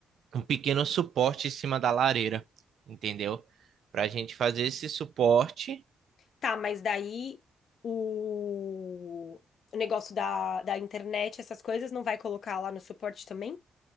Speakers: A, on the right (about 65°); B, on the left (about 60°).
A: um pequeno suporte em cima da lareira, entendeu? Para a gente fazer esse suporte.
B: Tá, mas daí o, o negócio da, da internet, essas coisas, não vai colocar lá no suporte também?